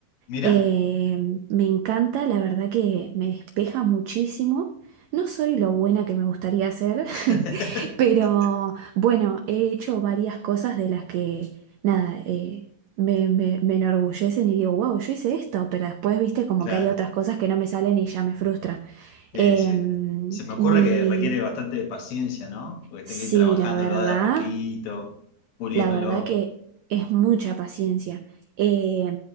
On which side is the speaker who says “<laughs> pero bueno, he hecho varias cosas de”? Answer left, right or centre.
Right